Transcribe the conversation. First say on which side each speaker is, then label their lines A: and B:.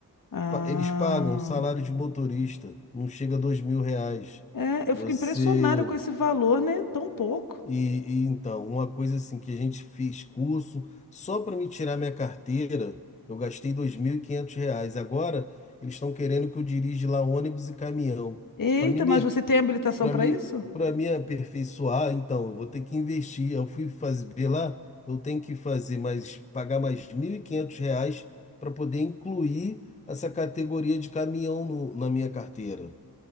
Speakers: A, on the left; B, on the left.
A: Ah.
B: Pa- Eles pagam salário de motorista, não chega a dois mil reais.
A: É, eu
B: Você
A: fico impressionada com esse valor, né? Tão pouco.
B: E, e, então, uma coisa assim que a gente fez curso, só para me tirar minha carteira, eu gastei 2.500 reais. Agora eles estão querendo que eu dirija lá ônibus e caminhão.
A: Eita,
B: Para mim,
A: mas você tem habilitação
B: para
A: para
B: mim,
A: isso?
B: para me aperfeiçoar, então, eu vou ter que investir. Eu fui fazer ver lá, eu tenho que fazer mais, pagar mais 1.500 reais para poder incluir essa categoria de caminhão no- na minha carteira.